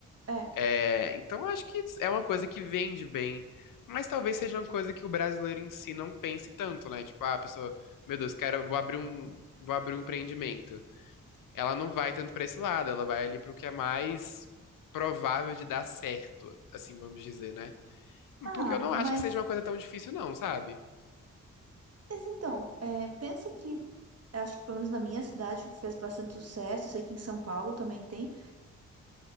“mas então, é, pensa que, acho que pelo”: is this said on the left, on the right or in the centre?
Right